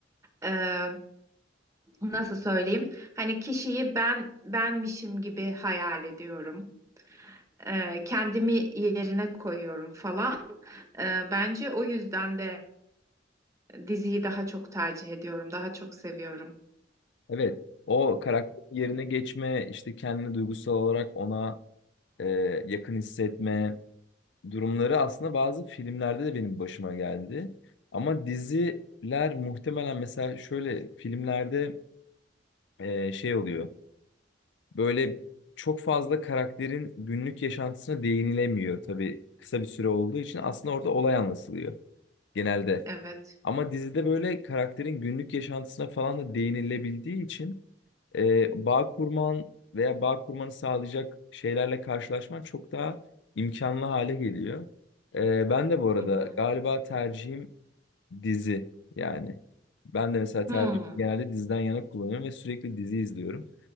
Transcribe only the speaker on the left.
Evet, o karakter yerine geçme, işte kendini duygusal olarak ona e, yakın hissetme durumları aslında bazı filmlerde de benim başıma geldi. Ama diziler muhtemelen mesela şöyle filmlerde e, şey oluyor. Böyle çok fazla karakterin günlük yaşantısına değinilemiyor tabii kısa bir süre olduğu için aslında orada olay anlatılıyor genelde.
Ama dizide böyle karakterin günlük yaşantısına falan da değinilebildiği için e, bağ kurman veya bağ kurmanı sağlayacak şeylerle karşılaşman çok daha imkanlı hale geliyor. E, ben de bu arada
galiba tercihim dizi yani. Ben de mesela tercih
genelde diziden yana kullanıyorum ve sürekli dizi izliyorum.